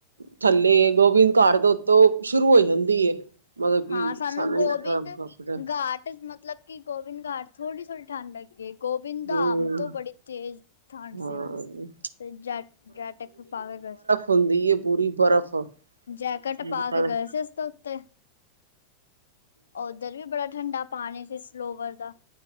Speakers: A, on the right; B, on the left.
A: ਥੱਲੇ ਗੋਬਿੰਦ ਘਾਟ ਤੋਂ ਉੱਤੋਂ ਸ਼ੁਰੂ ਹੋ ਜਾਂਦੀ ਏ ਮਤਲਬ ਕਿ
B: ਹਾਂ ਸਾਨੂੰ ਗੋਬਿੰਦ
A: ਗਰਮ ਕੱਪੜੇ
B: ਘਾਟ ਮਤਲਬ ਕਿ ਗੋਬਿੰਦ ਘਾਟ ਥੋੜ੍ਹੀ ਥੋੜ੍ਹੀ ਠੰਡ ਹੈ ਗੀ ਤੇ ਗੋਵਿੰਦਾਮ
A: ਹੂੰ
B: ਤੋਂ ਬੜੀ ਤੇਜ਼ ਥੰਡ
A: ਹਾਂ
B: ਸੀ ਤੇ ਜੈ ਜੈ ਟਕ ਪਾਕੇ ਗਏ ਸੀ
A: ਹਦੀ ਏ ਪੂਰੀ ਬਰਫ਼
B: ਜੈਕੇਟ
A: ਬਰਫ਼
B: ਪਾ ਕੇ ਗਏ ਸੀ ਅਸੀ ਤੈ ਉੱਤੇ ਓਧਰ ਵੀ ਬੜਾ ਠੰਡਾ ਪਾਣੀ ਸੀ ਸਲੋਵਰ ਦਾ।